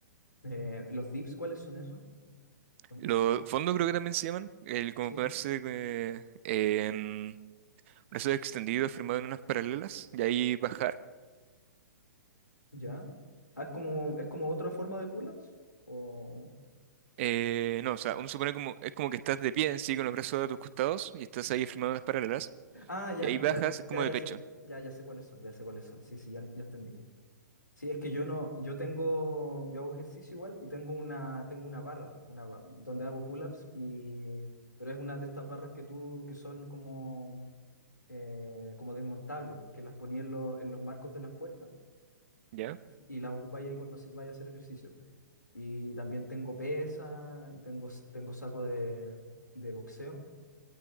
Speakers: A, on the left; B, on the right.
A: Eh, ¿los dips cuáles son esos? Mm,
B: Los fondos creo que también se llaman, el como
A: Sí,
B: ponerse eh, en brazos extendidos, firmado en unas paralelas y ahí bajar.
A: ya. Ah, es como, es como otra forma de pull-ups. O...
B: Eh, no, o sea, uno supone como, es como que estás de pie en sí con los brazos a tus costados y estás ahí firmando las paralelas
A: Ah, ya,
B: y ahí bajas
A: ya, ya,
B: como
A: ya
B: de pecho,
A: sé, ya, ya sé cuáles son, ya sé cuáles son. Sí, sí, ya, ya entendí. Sí, es que yo no, yo tengo, yo hago ejercicio igual y tengo una, tengo una barra, una ba- donde hago pull-ups y, pero es una de estas barras que tú, que son como, eh, como desmontables, pues, que las ponía en, lo- en los marcos de las puertas
B: ¿ya?
A: y las ocupáis ahí cuando hace- vaya a hacer ejercicio. Y también tengo pesa, y tengo, s- tengo saco de, de boxeo